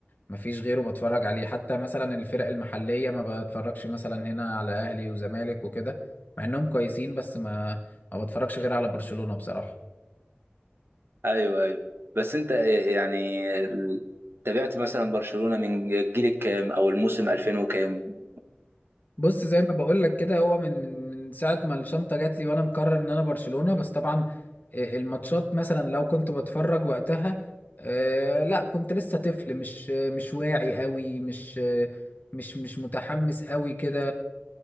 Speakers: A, on the left; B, on the right.
A: ما فيش غيره بتفرج عليه حتى مثلا الفرق المحلية ما بتفرجش مثلا هنا على أهلي وزمالك وكده مع إنهم كويسين بس ما ما بتفرجش غير على برشلونة بصراحة
B: أيوه أيوه بس أنت يعني ال- تابعت مثلا برشلونة من الجيل الكام أو الموسم 2000 وكام؟
A: بص زي ما بقول لك كده هو من من من ساعه ما الشنطه جات لي وانا مقرر ان انا برشلونه بس طبعا آه، الماتشات مثلا لو كنت بتفرج وقتها آه، لا كنت لسه طفل مش آه، مش واعي قوي مش آه، مش مش متحمس قوي كده